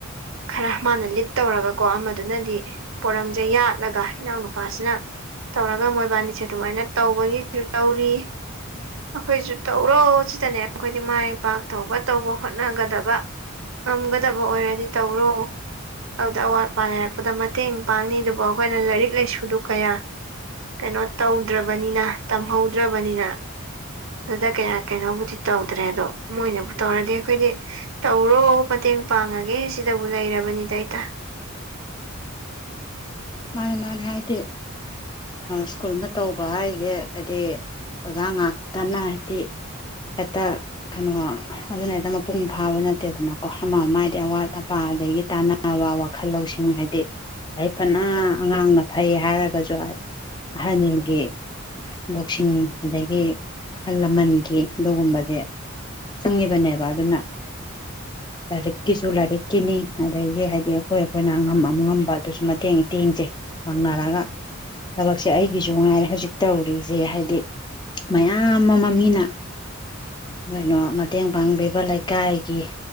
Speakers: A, on the right; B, on the left.
A: ꯈꯔ ꯃꯥꯅ ꯂꯤꯠ ꯇꯧꯔꯒꯀꯣ ꯑꯃꯗꯨꯅꯗꯤ ꯄꯣꯔꯝꯁꯦ ꯌꯥꯠꯂꯒ ꯏꯅꯥꯎꯅꯨꯄꯥꯁꯤꯅ ꯇꯧꯔ ꯃꯣꯏꯕꯥꯅꯤꯁꯦ ꯑꯗꯨꯃꯥꯏꯅ ꯇꯧꯕꯒꯤꯁꯨ ꯇꯧꯔꯤ ꯑꯩꯈꯣꯏꯁꯨ ꯇꯧꯔꯣ ꯁꯤꯗꯅꯦ ꯑꯩꯈꯣꯏꯗꯤ ꯃꯥꯏ ꯄꯥꯛ ꯇꯧꯕ ꯇꯧꯕ ꯍꯣꯠꯅꯒꯗꯕ ꯉꯝꯒꯗꯕ ꯑꯣꯏꯔꯗꯤ ꯇꯧꯔꯣ ꯑꯗꯨꯗ ꯑꯋꯥꯠ ꯑꯄꯥ ꯂꯩꯔꯛꯄꯗ ꯃꯇꯦꯡ ꯄꯥꯡꯅꯤ ꯑꯗꯨꯕꯨ ꯑꯩꯈꯣꯏꯅ ꯂꯥꯏꯔꯤꯛ ꯂꯥꯏꯁꯨꯗꯨ ꯀꯌꯥ ꯀꯩꯅꯣ ꯇꯧꯗ꯭ꯔꯕꯅꯤꯅ ꯇꯝꯍꯧꯗ꯭ꯔꯕꯅꯤꯅ ꯑꯗꯨꯗ ꯀꯌꯥ ꯀꯩꯅꯣꯕꯨꯗꯤ ꯇꯧꯗ꯭ꯔꯦ ꯑꯗꯣ ꯃꯣꯏꯅꯕꯨ ꯇꯧꯔꯗꯤ ꯑꯩꯈꯣꯏꯗꯤ ꯇꯧꯔꯣ ꯃꯇꯦꯡ ꯄꯥꯡꯉꯒꯦ ꯁꯤꯗꯕꯨ ꯂꯩꯔꯕꯅꯤꯗ ꯑꯩꯩꯇ
B: ꯃꯥꯅꯤ ꯃꯥꯅꯦ ꯍꯥꯏꯗꯤ ꯁ꯭ꯀꯨꯜ ꯑꯃ ꯇꯧꯕ ꯍꯥꯏꯁꯦ ꯍꯥꯏꯗꯤ ꯑꯣꯖꯥ ꯉꯥꯛꯇꯅ ꯍꯥꯏꯗꯤ ꯍꯦꯛꯇ ꯀꯩꯅꯣ ꯑꯗꯨꯅ ꯍꯦꯛꯇ ꯃꯄꯨꯡ ꯐꯥꯕ ꯅꯠꯇꯦꯗꯅꯀꯣ ꯑꯃ ꯑꯃ ꯍꯥꯏꯗꯤ ꯑꯋꯥꯠ ꯑꯄꯥ ꯑꯗꯒꯤ ꯇꯥꯅꯕ ꯋꯥꯈꯜ ꯂꯧꯁꯤꯡ ꯍꯥꯏꯗꯤ ꯍ ꯐꯅ ꯑꯉꯥꯡꯅ ꯐꯩ ꯍꯥꯏꯔꯒꯁꯨ ꯑꯍꯜꯒꯤ ꯂꯧꯁꯤꯡ ꯑꯗꯒꯤ ꯑꯍꯜ ꯂꯃꯟꯒꯤ ꯑꯗꯨꯒꯨꯝꯕꯁꯦ ꯆꯪꯉꯤꯕꯅꯦꯕ ꯑꯗꯨꯅ ꯂꯥꯏꯔꯤꯛꯀꯤꯁꯨ ꯂꯥꯏꯔꯤꯛꯀꯤꯅꯤ ꯑꯗꯒꯤ ꯍꯥꯏꯗꯤ ꯑꯩꯈꯣꯏ ꯑꯩꯈꯣꯏꯅ ꯑꯉꯝ ꯑꯃꯉꯝꯕ ꯑꯗꯨꯁꯨ ꯃꯇꯦꯡ ꯃꯇꯦꯡꯁꯦ ꯄꯥꯡꯅꯔꯒ ꯊꯕꯛꯁꯦ ꯑꯩꯒꯤꯁꯨ ꯉꯥꯏꯔꯦ ꯍꯧꯖꯤꯛ ꯇꯧꯔꯤꯁꯦ ꯍꯥꯏꯗꯤ ꯃꯌꯥꯝ ꯑꯃ ꯃꯤꯅ ꯀꯩꯅꯣ ꯃꯇꯦꯡ ꯄꯥꯡꯕꯤꯕ ꯂꯩꯀꯥꯏꯒꯤ